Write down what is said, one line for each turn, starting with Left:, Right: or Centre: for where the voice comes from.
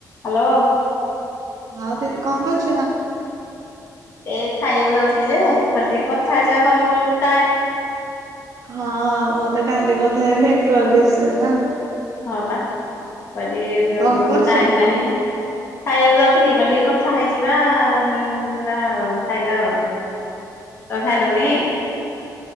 Left: Hello.
Right: ହଁ ଦିଦି କଣ କରୁଛ?
Left: ଏଇ ଖାଇବାକୁ ଯାଉଥିଲି ଯେ କହିଲି ଟିକେ କଥା ହେଇଯାଏ ଦଶ ପନ୍ଦ
Right: ହଁ ମୋ ତ କାଲି କଥା ହେଇନି ନେଟୱର୍କ ଇଶୁ ହେଲା।
Left: ହଁ ବା, କହିଲି
Right: କଣ
Left: ମୁଁ
Right: କରୁଛ?
Left: ବି ଟାଇମ ନାହିଁ। ଖାଇବାକୁ ଯାଉଥିଲି କହିଲି ଟିକେ କଥା ହୋଇଯିବା ଆଉ। ଯିବା ଆଉ ଖାଇବା ଆଉ ତମେ କଣ ଖାଇଲନି?